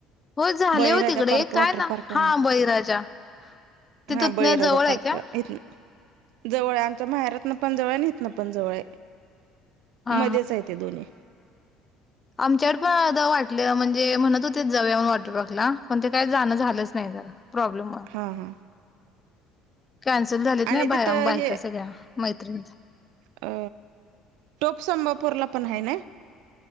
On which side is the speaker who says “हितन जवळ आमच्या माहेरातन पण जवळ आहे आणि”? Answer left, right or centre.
Right